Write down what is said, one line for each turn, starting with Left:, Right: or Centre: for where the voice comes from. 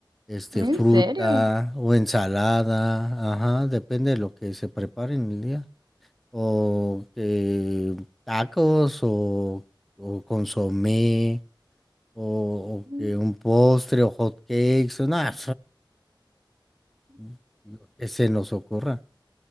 Centre: este,
Right: ¿En
Centre: fruta
Right: serio?
Centre: o ensalada, ajá, depende de lo que se prepare en el día. O que tacos o, o consomé o, o
Right: <laughs>
Centre: que un postre o hot cakes, o nada, <laughs> lo que se nos ocurra.